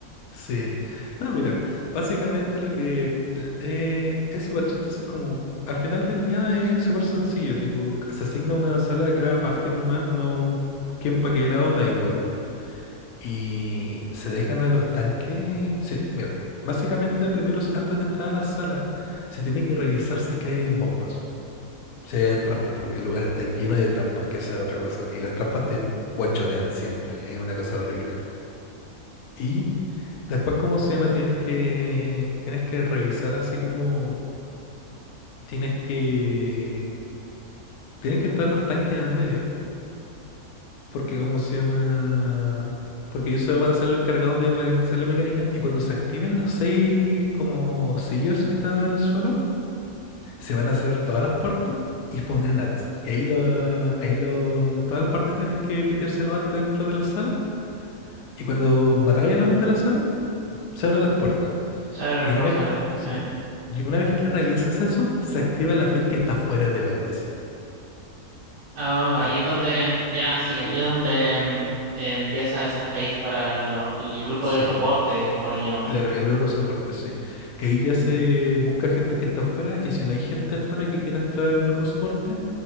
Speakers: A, on the left; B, on the right.
A: Sí. No, mira, básicamente lo que l- eh, es súper chistoso es como, al final del día no es súper sencillo, tipo, se asigna una sala a cada parte nomás, no, quién pa' qué lado, da igual. Y se dejan a los tanques, sí, mira, básicamente primero, s- antes de entrar a la sala, se tiene que revisar si es que hay bombas, si hay trampas, porque el lugar está lleno de trampas, que esa es otra cosa, y las trampas te guanchotean siempre, es una cosa horrible. y Después, ¿cómo se llama? Tienes que, tienes que revisar así como, tienes que, tienen que entrar los tanques al medio, porque ¿cómo se llama? Porque ellos se van a ser los encargados de ma- hacer la mecánica y cuando se activen los seis como sealers que están en el suelo, se van a cerrar todas las puertas y poner nats. Y ahí lo, ahí lo, todas las partes tienen que pitearse el bat dentro de la sala y cuando matáis a los de la sala, se abren las puertas.
B: <laughs> Se abren
A: Y
B: los
A: una
B: portales.
A: vez que, sí,
B: eh.
A: y una vez que realizas eso, se activa la feed que está fuera de Valdecian.
B: Ah,
A: En-
B: ahí es donde, ya sí,
A: sí,
B: ahí es donde mm, eh, empieza esa fate para lo- el grupo
A: sí,
B: de soporte, como le llaman.
A: claro, el grupo de soporte, sí. Que ahí ya se busca gente que está afuera y si no hay gente afuera que quiera entrar al grupo de soporte,